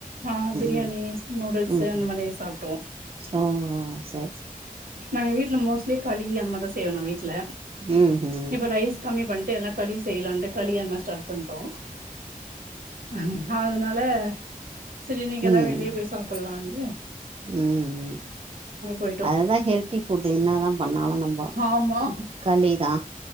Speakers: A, on the right; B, on the right.
A: ஆ பிரியாணி
B: ம்
A: நூடுல்ஸ்
B: ம்
A: அந்த
B: ம்
A: மாரி சாப்பிடுவோ
B: ஓ ஓ சே
A: நாங்க வீட்டல மோஸ்ட்லி களி அந்த மாரி தா செய்வோ நா வீட்ல
B: ம் ம்
A: இப்ப ரைஸ் கம்மி பண்ணிட்டு எல்லா களி செய்யலான்ட்டு களி அந்த மாரி ஸ்டார்ட் பண்ணிட்டோ ம் அதனால சரி இன்னிக்கு எல்லா
B: ம்
A: வெளிய போயி சாப்புலான்னு
B: ம்
A: போயிட்டோ
B: அதுதா ஹெல்த்தி ஃபுட்டு என்னதா பண்ணாலு நம்போ
A: ஆமா
B: களிதா